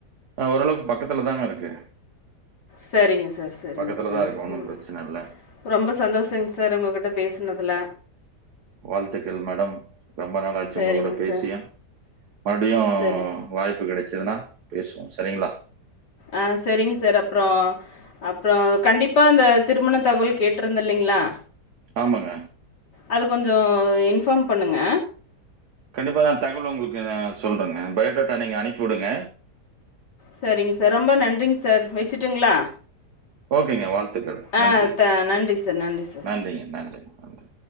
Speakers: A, on the right (about 70°); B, on the left (about 75°).
A: ஆ ஓரளவுக்கு பக்கத்ல தாங்க இருக்கு.
B: சரிங்க சார் சரிங்க
A: பக்கத்தில
B: சார்
A: தான் இருக்கு. ஒண்ணும்
B: ம்
A: பிரச்சனை இல்ல.
B: ரொம்ப சந்தோஷங் சார் உங்ககிட்ட பே பேசுனதுல
A: வாழ்த்துக்கள் மேடம் ரொம்ப நாள் ஆச்சு
B: சரிங்க
A: உங்க கூட பேசிய
B: சார்
A: மறுபடியு
B: சரி
A: வாய்ப்பு கடைச்சதுன்னா பேசுவோ சரிங்களா
B: ஆ சரிங் சார் அப்றோ அப்றோ கண்டிப்பா இந்தந்த திருமண தகவல் கேட்ருந்த இல்லலைங்களா
A: ஆமாங்க
B: அது கொஞ்ச இன்ஃபார்ம் பண்ணுங்க
A: கண்டிப்பா நா தகவல் உங்களுக்கு சொல்றங்க பயோடாட்டா நீங்க அனுப்பி உடுங்க
B: சரிங் சார் ரொம்ப நன்றிங் சார் வச்சுட்டுங்களா
A: ஓகேங்க வாழ்த்துக்கள் நன்றி
B: ஆ த நன்றி சார், நன்றி சார்.
A: நன்றிங்க நன்றிங்க நன்றி